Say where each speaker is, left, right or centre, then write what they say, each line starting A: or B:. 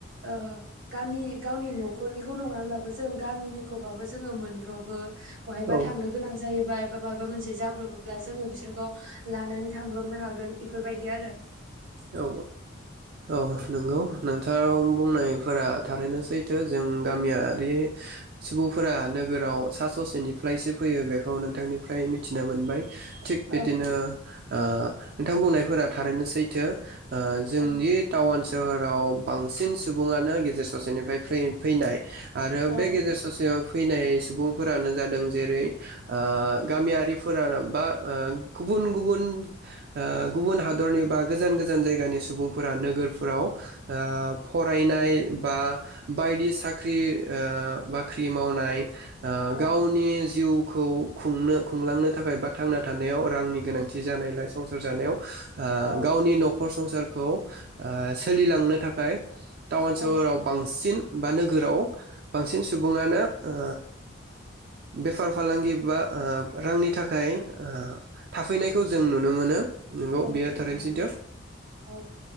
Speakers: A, on the right (about 75°); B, on the right (about 55°).
A: ओ गामि गावनि न'खरनिखौ नङाब्लाबो जों गामिनिखौबाबो जोङो मोन ब्रबो। बहायबा
B: औ
A: थांनो गोनां जायो बा एबा माबा मोनसे जाब्रबोब्ला जोङो बिसोरखौ लानानै थांब्रबनो हागोन बेफोरबायदि आरो।
B: औ औ औ नोंगौ नोंथाङा बुंनाय फोर थारैनो सैथो जों गामियारि सुबुंफोरा नोगोराव सा ससेनिफ्रायसो फैयो बेखौ नोंथांनिफ्राय मिथिनो मोनबाय। थिग
A: औ
B: बेदिनो ओ नोंथां बुंनायफोरा थारैनो सैथो। ओ जोंदि
A: औ
B: टाउन सोहोराव बांसिन सुबुङानो गेजेर ससेनिफ्राय फै-फैनाय। आरो
A: औ
B: बे गेजेर ससेयाव फैनाय सुबुंफोरानो जादों जेरै ओ गामियारिफोरानो बा ओ गुबुन गुबुन ओ गुबुन हादरनि बा गोजान गोजा न जायगानि सुबुंफोरा नोगोरफोराव ओ फरायनाय बा बायदि साख्रि ओ बाख्रि मावनाय ओ
A: ओं
B: गावनि जिउ खौ खुंनो खुंलांनो थाखाय बा थांना थानायाव रांनि गोनां थि जानायलाय संसार जानायाव ओ
A: औ
B: गावनि न ' खर संसारखौ सोलिलांनो थाखाय टाउन सोहोराव
A: ओं
B: बांसिन बा नोगोराव बांसिन सुबुङानो ओ बेफार फालांगि बा ओ रांनि थाखाय ओ थाफैनायखौ जों नुनो मोनो। नोंगौ
A: औ
B: बेयो
A: नंगौ
B: थारैनो सैथो।
A: औ